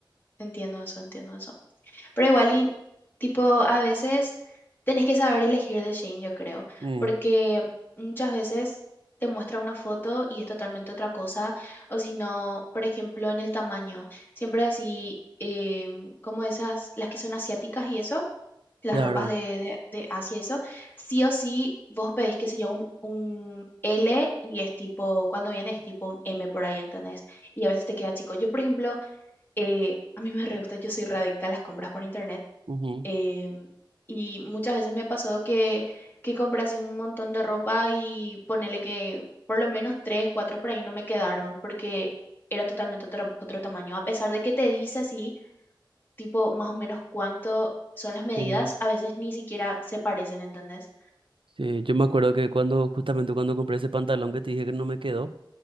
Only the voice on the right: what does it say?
Mm,
Claro.
ujú,
Sí,
sí. Yo me acuerdo que cuando, justamente cuando compré ese pantalón que te dije que no me quedó,